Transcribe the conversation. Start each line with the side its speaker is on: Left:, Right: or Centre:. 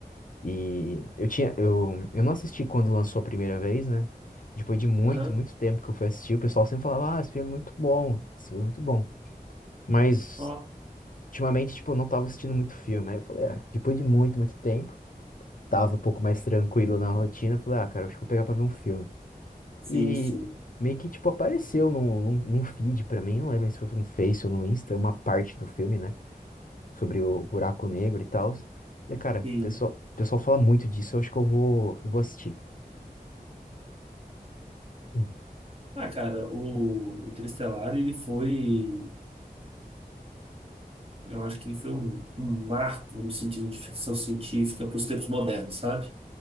Left: E eu tinha. Eu, eu não assisti quando lançou a primeira vez, né? Depois de muito,
Right: Aham.
Left: muito tempo que eu fui assistir, o pessoal sempre falava: Ah, esse filme é muito bom. Esse filme é muito bom. Mas.
Right: Ó,
Left: Ultimamente, tipo, eu não tava assistindo muito filme. Aí eu falei, ah, depois de muito, muito tempo, tava um pouco mais tranquilo na rotina. eu Falei, ah, cara, acho que eu vou pegar pra ver um filme.
Right: sim,
Left: E
Right: sim.
Left: meio que, tipo, apareceu num, num, num feed pra mim, não lembro se foi no Face ou no Insta, uma parte do filme, né? Sobre o buraco negro e tal. Falei, cara,
Right: Sim.
Left: o pessoal, o pessoal fala muito disso, eu acho que eu vou, eu vou assistir. Uhum,
Right: Ah, cara, o Interestelar, ele foi, eu acho que ele foi um, um marco no sentido de ficção científica para os tempos modernos, sabe?